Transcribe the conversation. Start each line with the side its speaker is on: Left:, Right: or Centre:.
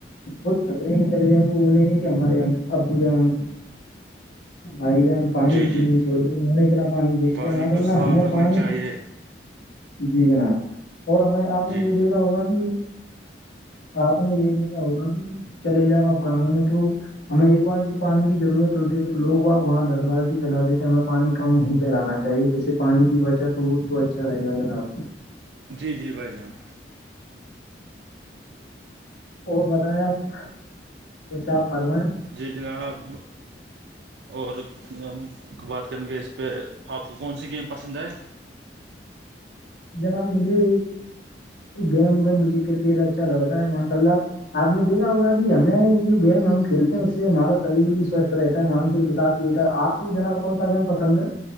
Left: خود خطرے میں چلے جائیں وہولے نہیں تھے ہمارے یہاں ابو جان بھائی جان پانی
Right: جی جی
Left: ہی نہیں چھوڑ گ میں نے اتنا پانی وسٹ
Right: پانی
Left: کیا م
Right: کو
Left: کر اللہ
Right: صاف
Left: ہمیں
Right: رکھنا
Left: پانی
Right: چاہیے
Left: جی جناب اور ہمیں آپ نے
Right: جی
Left: یہ دیکھا ہوگا کہ آپ نے یہ د ایا ہوا کہ چلے جاؤ آپ گاؤںوں میں تو ہمیں ایک بالٹی پانی کی ضرورت ہوتی ہے تو لوگ وہاں دس بالٹی پھیلا دیتے ہیں ہمیں پانی کم ہی پلانا چاہیے جیسے پانی کی بچت ہو تو اچھا رہے گا جناب
Right: جی جی بھائی جان
Left: اور بتائیں آپ کچھ آپ فرمائیں
Right: جی جناب اور ہم بات کریں گے اس پہ آپ کو کون سی گیم پسند آئے
Left: جناب مجھے گیم میں مجھے کرکٹ اچھا لگتا ہے ماشاء اللہ آپ نے دیکھا ہوگا کہ ہمیں جو گیم ہم کھیلتے ہیں اس سے ہمارا شریر بھی سوستھ رہتا ہے مانسک وکاس جی ہوتا ہے آپ کو جناب کون سا گیم پسند ہے